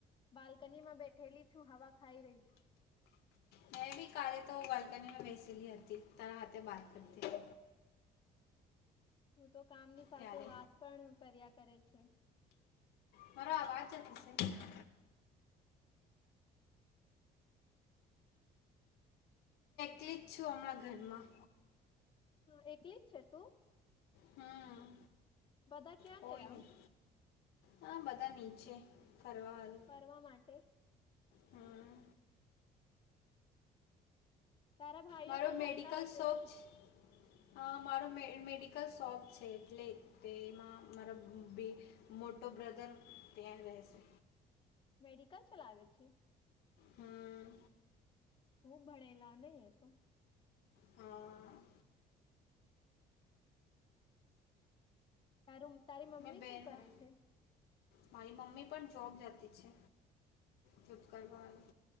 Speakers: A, on the left; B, on the left.
A: બાલ્કની માં બેઠેલી છું હવા ખાઈ રહી છુ
B: મેં બી કાલે તો હુ બાલ્કની માં બેસેલી હતી તારા હાથે બાત કરતી
A: <unintelligible> તો કામની સાથે
B: ત્યારે
A: વાત પણ કર્યા કરે છે
B: મારો આવાજ <unintelligible> ક છું આપરા ઘરમાં
A: હા, એકલી જ છે તું?
B: હમ
A: બધા ક્યાં
B: કોઈ
A: ગયા?
B: નહીં હા, બધા નીચે ફરવા હારું.
A: ફરવા માટે
B: હમ
A: તારા ભાઈઓ
B: મારો
A: પણ ભરતા
B: મેડિકલ
A: હશે
B: શોપ
A: ને?
B: છે હા, મારો મેડિકલ શોપ છે એટલે તેમાં મારા બે મોટો બ્રધર ત્યાં રહેશે
A: મેડિકલ ચલાવે છે.
B: હમ્મ.
A: હું ભણેલા નહી તો
B: હા
A: તારું તારી મમ્મી
B: મેં બેનમાં
A: શું કરે છે
B: મારી મમ્મી પણ જોબ જતી છે જોબ કરવા વાળું